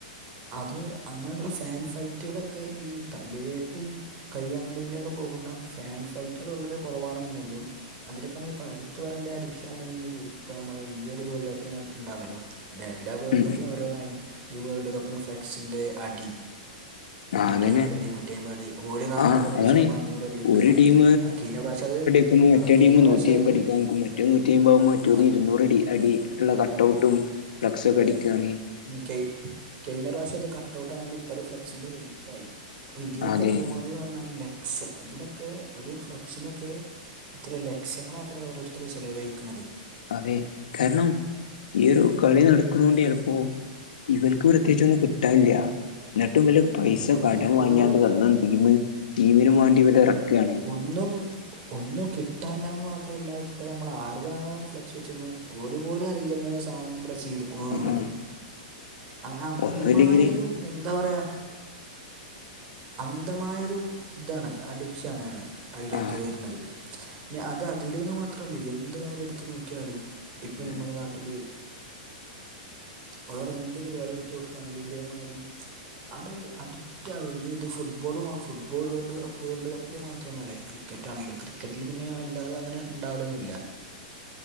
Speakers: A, on the right; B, on the left.
A: അത് അങ്ങനെള്ള ഫാൻ ഫൈറ്റുകളൊക്കെ ഈ തല്ലിലേക്കും കയ്യാങ്ങളിയിലേക്കെ പോകുന്ന ഫാൻ ഫൈറ്റുകൾ വളരെ കൊറവാണെന്നുണ്ടെങ്കിലും അതിലൊക്കെ നമ്മള് പ്പടുത്തു പറയേണ്ട അഡിക്ഷനാണ് ഈഹ് ഈ ഒരു വേൾഡ്കപ്പിന് ഉണ്ടാന്നല്ലോ <unintelligible> എല്ലാ വേൾഡ്
B: ഉം
A: കപ്പിന്
B: ഉം
A: ഓരോന്നായിന് ഈ വേൾഡ് കപ്പിന് ഫ്ലെക്സിന്റെ അടി
B: ആ
A: നൂറ്റി
B: അതന്നെ
A: നാപ്പതടി, നൂറ്റി അയ്മ്പത്ടി ഓര് നാനൂറടി
B: ആഹ് അതാണ്
A: വെച്ചാ ഞമ്മള് അഞ്ഞൂറ് അടി വെക്കാ
B: ഒരു ടീം
A: അത് കേയിഞ്ഞ പ്രാശ്യം അത്
B: <unintelligible> മറ്റേ
A: ആ കഴിഞ്ഞ
B: ടീമ്
A: പ്രാവശ്യം
B: നൂറ്റിയായ്മ്പത്
A: അത്
B: അടിക്കക്കുങ്ങി മറ്റേ നൂറ്റി <unintelligible>
A: ആ
B: ഇരുന്നൂറടി അടി ഇള്ള കട്ട്ഔട്ടും ഫ്ലക്സുക്കെ അടിക്കണെ
A: കേ കേഴിഞ്ഞ പ്രാശ്യം അത് കട്ട്ഔട്ട് ആണെങ്കില് ഇപ്പം അത് ഫ്ലെക്സിന്റെ വലിപ്പായി അപ്പോ ഇതിനൊക്കെ
B: അതെ
A: പോണത് ന്ന് പറഞ്ഞാല് ലക് ഇതിനൊക്കെ ഒരു ഫ്ലക്സിനൊക്കെ എത്രരയൊ ലക്ഷ്യങ്ങളാത്ര ഓരോര്ത്തർ ചെലവയിക്കണത്
B: അതെ കാരണം ഈ ഒരു കളി നട ക്കുണ് ണ്ട് ചെലപ്പം ഇവൽക്ക് പ്രത്യേകിച്ചൊന്നും കിട്ടാനില്ല്യാ എന്നിട്ടും വലിയപൈസ
A: ഒന്ന്
B: കടം വാങ്ങിയാണ്ട്
A: ഒരു
B: സ്വന്തം ടീമ് ടീമിനു വേണ്ടിവര് എറക്കാണ്
A: ഒന്നും ഒന്നുംകിട്ടാനില്ലെന്നുമാത്രവല്ല ഇപ്പ ഞമ്മളരതാണോ ഫ്ലക്സു വെച്ചേക്കാണ് ഓരുപോലും അറിയില്ല ഇങ്ങനൊ സാനം ഇവടെ ചെയ്യ്തിക്കുണുന്നുള്ളത്
B: ആഹ്
A: അങ്ങ് അന്ധമായൊരു
B: ഒന്നുല്ലെങ്കില്
A: എന്താ പറയാ അന്ധമയൊരു ഇതാണ് അഡീക്ഷനാണ് അയിലൊക്കെ
B: ആഹ്
A: വര്ണത് നി അത് അതിലെന്നു മാത്രല്ല എന്തുകാര്യം എടുത്തുനോക്കിയാലും ഇപ്പോ
B: ഉം
A: നമ്മളെ
B: ഉം
A: നാട്ടില് വേറെന്ത് പരുപാടി എടുത്ത് നോക്കാണെങ്കിലും ഇതേമാരി അത് അഡിക്റ്റാവീനി ഇത് ഫുട്ബോളും ആഹ്‌ ഫുട്ബോള് വേൾഡു കപ്പു വേൾഡുകപ്പില് മാത്രമല്ല ക്രിക്കറ്റാണെങ്കിലും ക്രിക്ക <unintelligible> അല്ലാതങ്ങനെ ഇണ്ടാവലൊന്നുവില്ല.